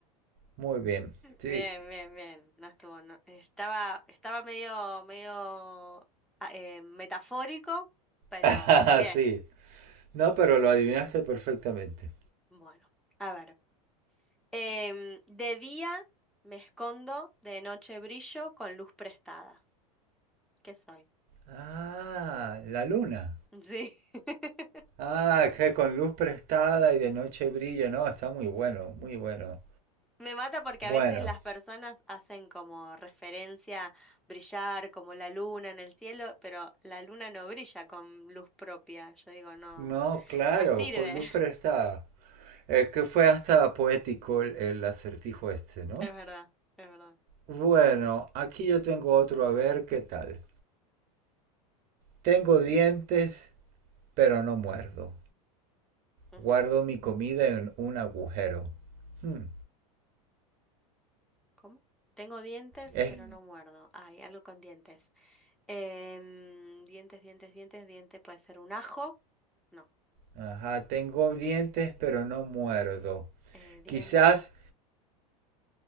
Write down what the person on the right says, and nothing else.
Muy bien. Sí.
<laughs>
Ah,
sí. No, pero lo adivinaste perfectamente.
Ah, la luna.
Ah, que con luz prestada y de noche brilla. No, está muy bueno, muy bueno.
Bueno,
no, claro,
con luz prestada. Es que fue hasta poético el, el acertijo este, ¿no?
Bueno, aquí yo tengo otro, a ver qué tal. Tengo dientes, pero no muerdo.
Guardo mi comida en un agujero. Hmm,
Es
Ajá, tengo dientes pero no muerdo.
Quizás...